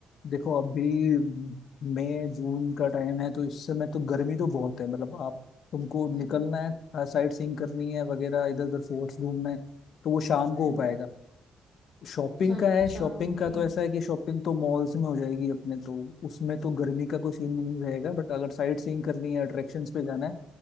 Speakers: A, on the left; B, on the right.
A: देखो अभी मई जून का टाइम है तो इस समय तो गर्मी तो बहुत है मतलब आप तुमको
B: हम्म
A: निकलना है साइट सीइंग करनी है वगैरह इधर उधर फोर्ट्स घूमना है तो वो शाम को
B: हम्म
A: हो पाएगा शॉपिंग
B: अच्छा
A: का है
B: अच्छा
A: शॉपिंग
B: ओके
A: का तो ऐसा है कि शॉपिंग तो मॉल्स में हो जाएगी अपने तो उसमें तो गर्मी का कोई सीन नहीं रहेगा बट अगर साइट सीइंग करनी है अट्रैक्शंस पे जाना है